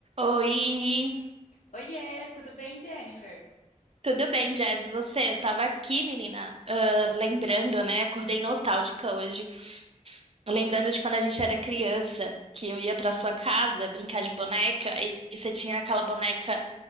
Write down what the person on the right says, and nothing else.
Oi,
tudo bem, Jazz? E você? Eu tava aqui, menina, ah, lembrando, né? Acordei nostálgica hoje. Lembrando de quando a gente era criança, que eu ia pra sua casa brincar de boneca e, e você tinha aquela boneca